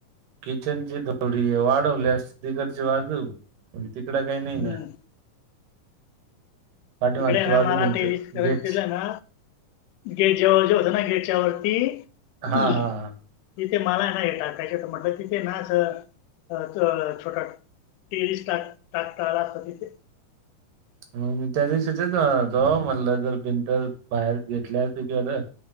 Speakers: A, on the right; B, on the left.
A: किचनची थोडी वाढवलि असती तिकडची बाजू तिकड काही नाही
B: हम्म
A: ना पाठीमागची
B: तिकडे ना
A: बाजू
B: मराठी
A: भिंत गेट
B: केला ना गेट जेवळ जे होत ना गेटच्या वरती तिथे
A: हा हा
B: मला नाही टाकायचे तर म्हटलं तिथे नाच छोटा टेरिस टाक टाकताला अस तिथे
A: मग मी त्या दिवशी तेच म्हतो म्हटलं जर भिनंतर बाहेर घेतल्या त क